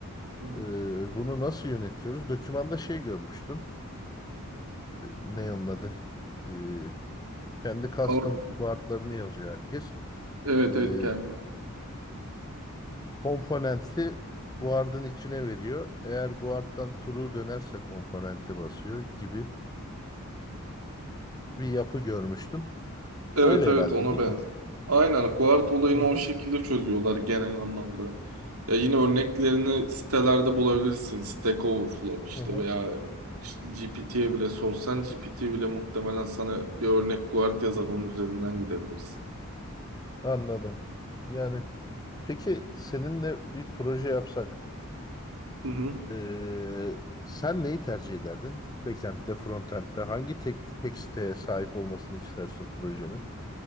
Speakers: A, on the right (about 85°); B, on the left (about 20°).
A: hı.
B: Ee, bunu nasıl yönetiyoruz? Dokümanda şey görmüştüm. Ee, Ne onun adı? Ee, kendi custom
A: Or-
B: guardlarını yazıyor herkes.
A: evet
B: Ee,
A: evet kendim.
B: komponenti guard'ın içine veriyor. Eğer guard'dan true dönerse komponenti basıyor gibi bir yapı görmüştüm.
A: Evet
B: Öyle
A: evet
B: herhalde
A: ona
B: değil
A: benzer.
B: mi?
A: Aynen guard olayını
B: Hı
A: o
B: hı.
A: şekilde çözüyorlar genel anlamda. Ya yine örneklerini sitelerde bulabilirsin. Stack Overflow işte
B: hı hı.
A: veya GPT'ye bile sorsan GPT bile muhtemelen sana bir örnek guard yazar onun üzerinden gidebilirsin.
B: Anladım. Yani peki seninle bir proje yapsak
A: Hı hı.
B: eee, sen neyi tercih ederdin? Backend'de, frontend'de hangi tek, tek siteye sahip olmasını istersin projenin?